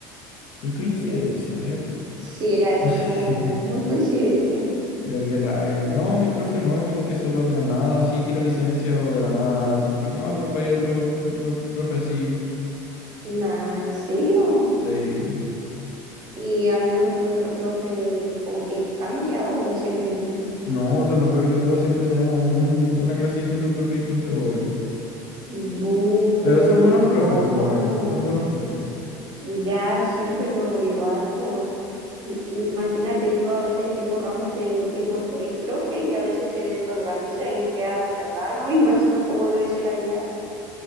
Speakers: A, on the left; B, on the right.
A: Qué coincidencia,
B: Y-
A: mira tú.
B: Sí, así
A: <laughs>
B: como muy coincidencia.
A: Pero qué rabia. No, mis profes no, como que solo de la nada así tira licencia o de la nada dice así como, ah, pero va a ir otro, otro profe así.
B: Nah, ¿en serio?
A: De...
B: Y al menos el otro profe como que cambia o siempre el mismo.
A: No, eso es lo peor que todo, siempre tenemos un- una clase distinta, un profe distinto, weón.
B: Bu,
A: Pero son buenos
B: ¿y
A: profes,
B: cómo?
A: por lo menos, son buenos profes.
B: Ya sí, pero igual, por imagínate, yo a veces tengo ramos que tengo tres profes y a veces se desorganiza y queda la cagada, no me <laughs> imagino cómo debe ser allá.